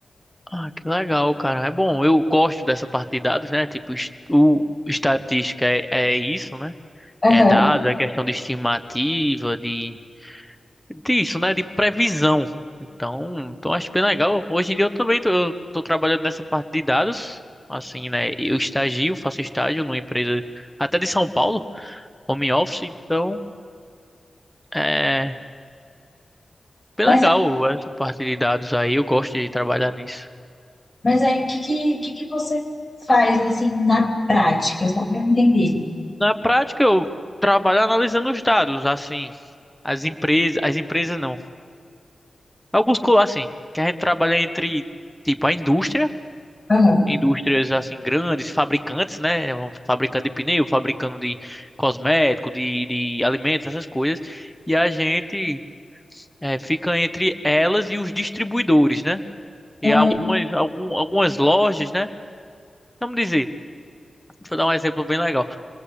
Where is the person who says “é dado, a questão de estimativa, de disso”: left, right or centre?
Centre